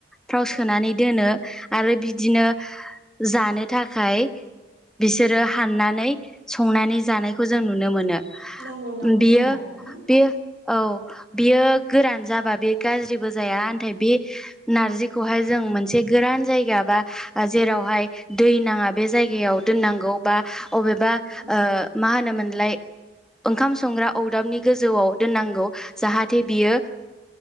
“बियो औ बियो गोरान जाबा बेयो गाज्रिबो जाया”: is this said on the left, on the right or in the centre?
Centre